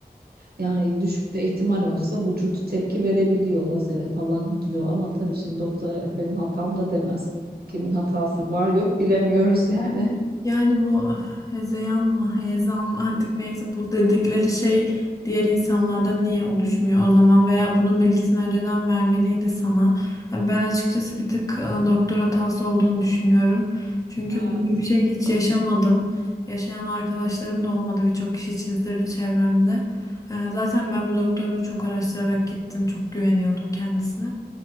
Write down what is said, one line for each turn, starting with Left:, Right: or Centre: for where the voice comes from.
Right: Yani düşük de ihtimal olsa vücut tepki verebiliyor lazere falan diyor. Ama tabii şimdi doktor evet benim hatam da demez. Kimin hatası var yok bilemiyoruz <laughs> yani.
Left: Yani bu ah, hezeyan mı, heyecan mı artık neyse bu dedikleri şey diğer insanlarda niye oluşmuyor o zaman veya bunun bilgisini önceden vermeliydi sana. Yani ben açıkçası bir tık e, doktor hatası olduğunu düşünüyorum. Çünkü
Right: Evet.
Left: böyle bir şey hiç yaşamadım. Yaşayan arkadaşlarım da olmadı. Birçok kişi çizdirdi çevremde. E, Zaten ben bu doktoru çok araştırarak gittim. Çok güveniyordum kendisine.